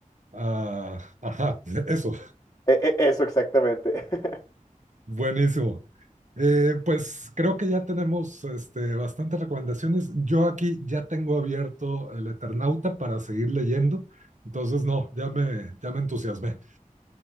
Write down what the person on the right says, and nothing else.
ah, ajá, eso,
buenísimo. Eh, pues creo que ya tenemos este, bastantes recomendaciones. Yo aquí ya tengo abierto el Eternauta para seguir leyendo. Entonces, no, ya me, ya me entusiasmé.